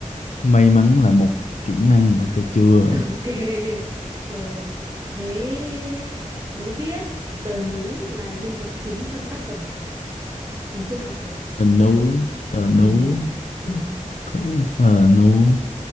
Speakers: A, on the left; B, on the right.
A: may mắn là một kỹ năng ok chưa
B: <laughs> ok rồi thế đố biết tờ nú là nhân vật chính trong tác phẩm nào ngày xưa học rồi
A: tờ nú tờ nú
B: tờ nú ừ.
A: thử- tờ nú